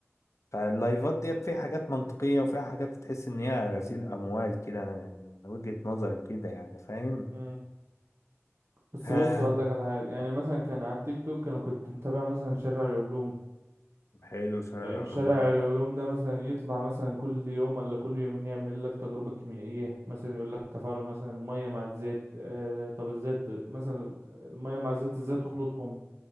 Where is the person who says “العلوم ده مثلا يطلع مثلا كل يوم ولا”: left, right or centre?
Right